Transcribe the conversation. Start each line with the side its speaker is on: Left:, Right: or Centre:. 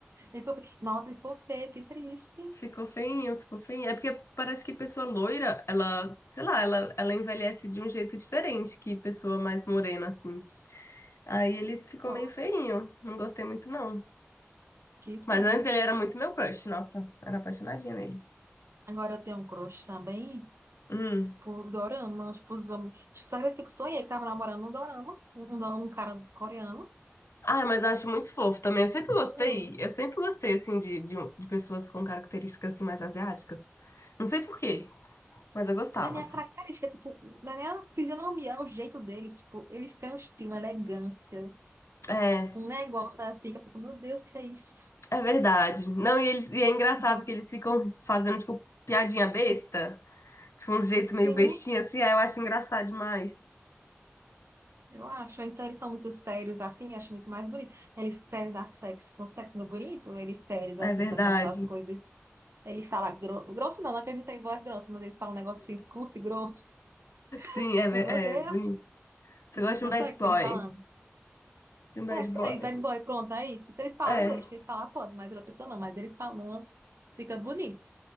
Right: Ele ficou... feio Nossa, ele ficou feio. Que triste.
Left: Ficou feinho, ficou feinho. É porque parece que pessoa loira, ela, sei lá, ela, ela envelhece de um jeito diferente que pessoa mais morena, assim. Aí ele ficou
Right: Nossa,
Left: meio feinho. Não gostei muito, não.
Right: que
Left: Mas
Right: pena.
Left: antes ele era muito meu crush, nossa, era apaixonadinha nele.
Right: Agora eu tenho um crush também
Left: Hum.
Right: por dorama. Tipo, os homens... Tipo, sabe que eu sonhei que tava namorando um dorama? Um, um, do- um cara coreano.
Left: Ah, mas eu acho muito fofo também. Eu sempre
Right: Juro.
Left: gostei, eu sempre gostei, assim, de, de, de pessoas com características, assim, mais asiáticas. Não sei por quê, mas eu gostava.
Right: na minha característica, tipo, na minha fisionomia, o jeito deles, tipo, eles têm um estilo, uma elegância,
Left: É,
Right: um negócio assim, que eu fico, meu Deus, que é isso?
Left: é verdade. Não, e, eles, e é engraçado
Right: Nossa,
Left: que eles ficam fazendo, tipo, piadinha besta, tipo, uns jeito
Right: sim,
Left: meio bestinha, assim, aí eu acho engraçado demais.
Right: eu acho. Então eles são muito sérios assim, eu acho muito mais bonito. Eles sérios da sexo, com sexo muito bonito, eles sérios
Left: É
Right: assim,
Left: verdade.
Right: fazendo aquelas coisas. Ele fala gro- grosso, não, não é que ele não tem voz grossa, mas eles falam um negócio assim, curto e grosso. <laughs>
Left: Sim,
Right: Tipo,
Left: é, ve-
Right: meu Deus,
Left: é bonito. Você
Right: e
Left: gosta
Right: fica
Left: de um bad
Right: sexy
Left: boy.
Right: eles falando.
Left: De um bad
Right: É, só-
Left: boy.
Right: aí, bad boy, pronto, é isso. Se eles falam,
Left: É,
Right: deixa. Se eles falar, pode, mas outra pessoa não, mas eles falando, fica bonito.